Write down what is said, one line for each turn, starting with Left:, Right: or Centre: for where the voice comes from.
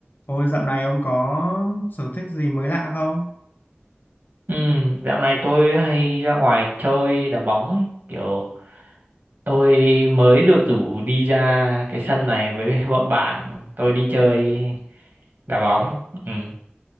Left: Ôi dạo này ông có sở thích gì mới lạ không?
Right: Ừ, dạo này tôi hay ra ngoài chơi đá bóng ấy. Kiểu tôi mới được rủ đi ra cái sân này với <laughs> bọn bạn. Tôi đi chơi đá bóng. Ừ,